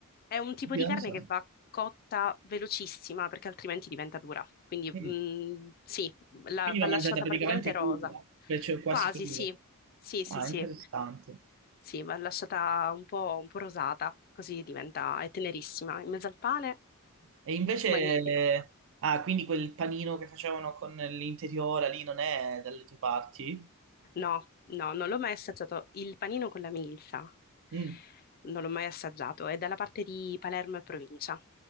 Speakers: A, on the left; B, on the right.
A: È un tipo
B: io
A: di carne
B: non lo so.
A: che va cotta velocissima perché altrimenti diventa dura. Quindi
B: Mm.
A: mh, sì, la-
B: Quindi
A: va
B: va
A: lasciata
B: mangiata praticamente
A: praticamente rosa.
B: cruda, cioè cioè quasi
A: Quasi,
B: cruda.
A: sì. Sì,
B: Ah,
A: sì, sì.
B: interessante.
A: Sì, va lasciata un po', un po' rosata, così diventa, è tenerissima. In mezzo al pane,
B: E invece,
A: <laughs> magnifico.
B: ah, quindi quel panino che facevano con l'interiora lì non è dalle tue parti?
A: No, no, non l'ho mai assaggiato. Il panino con la milza
B: Mm.
A: non l'ho mai assaggiato. È dalla parte di Palermo e provincia.